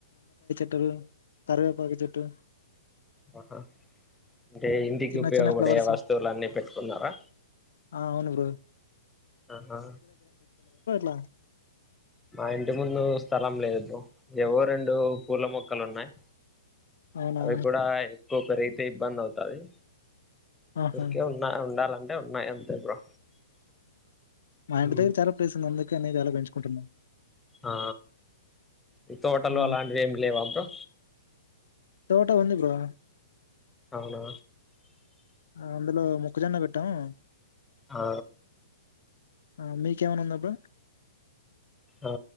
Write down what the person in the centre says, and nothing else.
ఒ హ అంటే, ఇంటికి
ఉపయోగపడే
వస్తువులన్ని పెట్టుకున్నారా?
ఆహా
మా ఇంటి ముందు స్థలం లేదు బ్రో. ఎవో రెండు పూల మొక్కలు ఉన్నాయి.
అది కూడా ఇ కొకరు అయితే ఇబ్బందవుతాది.
ఊరికె ఉన్నా ఉండాలన్ టె ఉన్నాయి. అంతే బ్రో.
ఉమ్
ఆ ఇ తోటలు
అలాంటివి ఏమి లేవా బ్రో?
అవునా!
ఆ
ఆ